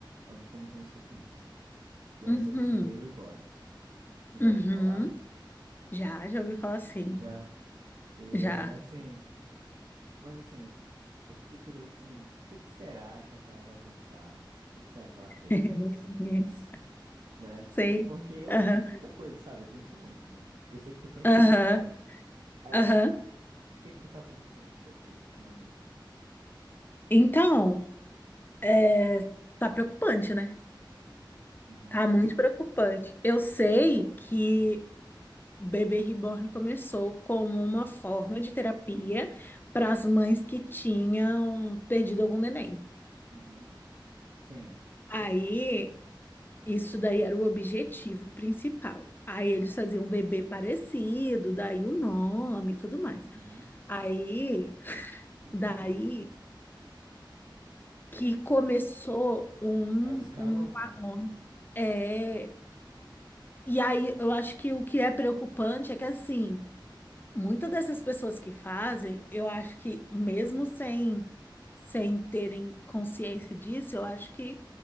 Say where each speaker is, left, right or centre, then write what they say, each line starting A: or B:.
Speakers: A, on the right; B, on the left.
A: alguém comentando sobre isso, que é
B: Uhum,
A: sobre os bebês reborns. Tu já
B: uhum.
A: ouviu falar?
B: Já, já ouvi falar sim.
A: Já. E
B: Já.
A: assim, mas assim, eu fiquei curioso assim, o que que será que a Clara vai pensar? O que que será que ela pensa
B: <laughs>
A: sobre isso? né?
B: Sei.
A: Porque eu
B: Aham,
A: penso muita coisa, sabe? Eu penso muito, né? Eu sei que tu pensa
B: aham,
A: muito bem. Aí,
B: aham.
A: o que que tu tá pensando sobre isso ultimamente?
B: Então, é, tá preocupante, né?
A: Uhum,
B: Tá muito preocupante. Eu sei que o Bebê Reborn começou como
A: uhum,
B: uma forma de terapia para as mães que tinham perdido algum neném.
A: uhum. Sim.
B: Aí Isso daí era o objetivo principal. Aí eles faziam um bebê parecido, daí o nome e tudo mais.
A: Uhum.
B: Aí,
A: <laughs>
B: daí que começou um,
A: A escalonar.
B: um marrone. É, e aí eu acho que o que é preocupante é que assim, muitas dessas pessoas que fazem, eu acho que mesmo sem sem terem consciência disso, eu acho que